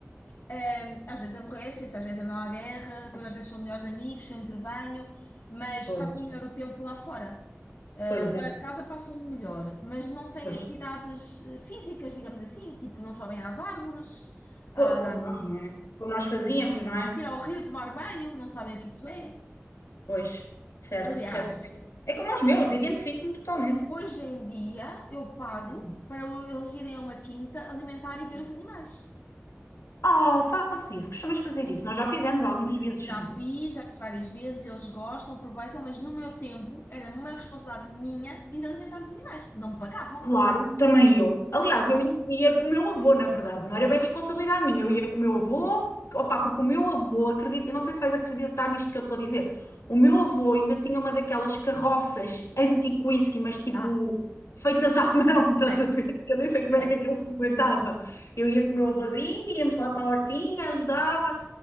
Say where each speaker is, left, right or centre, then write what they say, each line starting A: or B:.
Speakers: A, on the left; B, on the left.
A: ehm, às vezes aborrecem-se, às vezes andam à guerra, depois às vezes são melhores amigos, eu intervenho, mas
B: Pois,
A: passam melhor o tempo lá fora. Eh,
B: pois
A: Fora
B: é,
A: de casa passam melhor, mas não têm
B: pois.
A: atividades eh, físicas, digamos assim, tipo não sobem às árvores,
B: Pô,
A: ah,
B: Como nós, não é? Como nós fazíamos, não é?
A: ir ao rio tomar banho, não sabem o que isso é.
B: Pois, certo,
A: Aliás,
B: certo, certo. É como os meus, identifico-me totalmente.
A: hoje em dia eu pago
B: Uhum.
A: para eles irem a uma quinta alimentar e ver os animais.
B: Oh, fazes isso, costumas fazer isso. Nós já fizemos algumas vezes,
A: Já
B: sim.
A: fiz, já fiz várias vezes, eles gostam, aproveitam, mas no meu tempo era uma responsabilidade minha ir alimentar os animais. Não me pagavam.
B: Claro, também eu. Aliás, eu ia com o meu avô, na verdade, não era bem responsabilidade minha, eu ia com o meu avô, opá, porque o meu avô, acredita, não sei se vais acreditar nisto que eu te vou dizer, o meu avô ainda tinha uma daquelas carroças antiquíssimas, tipo,
A: Ah,
B: feitas à <laughs> mão, estás
A: sei,
B: a ver? Que eu nem sei como
A: sei.
B: é que aquilo se aguentava. Eu ia com o meu avôzinho, íamos lá para a hortinha, ajudava,